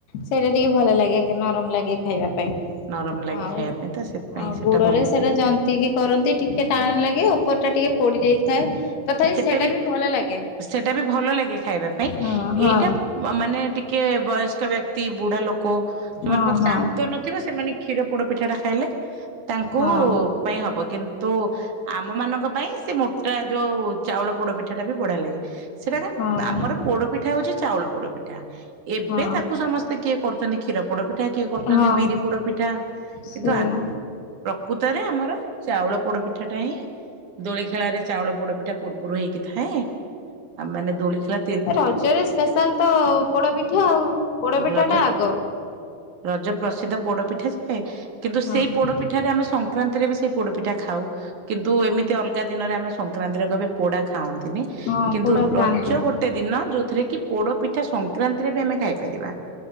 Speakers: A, on the left (about 85°); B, on the right (about 55°).
A: ସେଇଟା ଟିକେ ଭଲ ଲାଗେ ନରମ ଲାଗେ ଖାଇବା ପାଇଁ
B: ନରମ ଲାଗେ
A: ଆଉ
B: ଖାଇବା ପାଇଁ ତ ସେଥିପାଇଁ
A: ଆଉ
B: ସେଟା
A: ଗୋଡରେ
B: ଭଲ ଲାଗିଲା।
A: ସେଇଟା ଯ ଟିକେ କରନ୍ତି ଟିକେ ଟାଣ ଲାଗେ ଉପର ଟା ଟିକେ ପୋଡି ଯାଇଥାଏ। ତଥାପି
B: ସେଟା
A: ସେଇଟା
B: ବି
A: ଭଲ ଲାଗେ
B: ସେଟା ବି ଭଲ ଲାଗେ ଖାଇବା ପାଇଁ
A: ହଁ ହଁ
B: ଏଇଟା ମାନେ ଟିକେ ବୟସ୍କ ବ୍ୟକ୍ତି ବୁଢା ଲୋକ ସେମାନଙ୍କ
A: ହଁ ହଁ
B: ଦାନ୍ତ ନଥିବ ସେମାନେ କ୍ଷୀର ପୋଡ଼ପିଠାଟା ଖାଇଲେ ତାଙ୍କୁ
A: ହଁ
B: ପାଇଁ ହବ କିନ୍ତୁ ଆମ ମାନଙ୍କ ପାଇଁ ସେ ମୋଟା ଯୋଉ ଚାଉଳ ପୋଡ ପିଠା ଟା ବି ବଢିଆ ଲାଗେ ସେଟା କ
A: ହଁ
B: ଆମର ପୋଡପିଠା ହଉଛି ଚାଉଳ ପୋଡପିଠା ଏବେ
A: ହଁ
B: ତାକୁ ସମସ୍ତେ କିଏ କରୁଛନ୍ତି କ୍ଷୀର ପୋଡ ପିଠା କିଏ କରୁଛନ୍ତି
A: ହଁ
B: ବିରି ପୋଡ ପିଠା
A: ସେଇଆ
B: କିନ୍ତୁ ପ୍ରକୃତରେ ଆମର ଚାଉଳ ପୋଡପିଠା ଟା ହିଁ ଦୋଳି ଖେଳାରେ ଚାଉଳ ପୋଡପିଠା ପୂର୍ବରୁ ହେଇକି ଥାଏ ଆଉ ମାନେ ଦୋଳି ଖଲା
A: ରଜରେ ସ୍ପେଶାଲ ତ ପୋଡପିଠା ଆଉ ପୋଡପିଠା
B: ରଜ
A: ଟା ଆଗ।
B: ରଜ ପ୍ରସିଦ୍ଧ ପୋଡପିଠା ଯୋଏ କିନ୍ତୁ
A: ହଁ
B: ସେଇ ପୋଡ ପିଠାରେ ଆମେ ସଂକ୍ରାନ୍ତିରେ ବି ସେଇ ପୋଡ଼ପିଠା ଖାଉ କିନ୍ତୁ ଏମିତି ଅଲଗା ଦିନରେ ଆମେ ସଂକ୍ରାନ୍ତିରେ କହିବେ ପୋଡ଼ା ଖାଆନ୍ତିନି।
A: ହଁ
B: କିନ୍ତୁ
A: ପୋଡା ଖାଆନ୍ତିନି
B: ରଜ ଗୋଟେ ଦିନ ଯେଉଥିରେ କି ପୋଡ଼ ପିଠା ସଂକ୍ରାନ୍ତିରେ ବି ଆମେ ଖାଇପାରିବା।